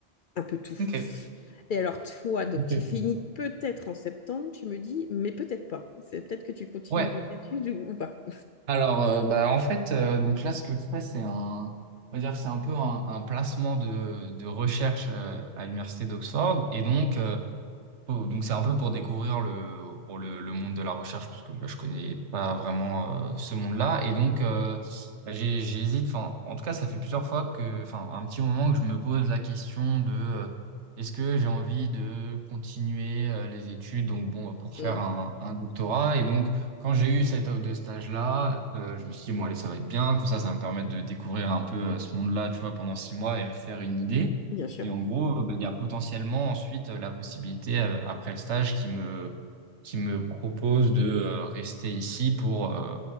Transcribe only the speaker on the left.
un peu tout.
Et alors, toi, donc
tu
finis peut-être en septembre, tu me dis, mais peut-être pas. C'est peut-être que tu continues
les études ou, ou pas.
Mm,
bien sûr.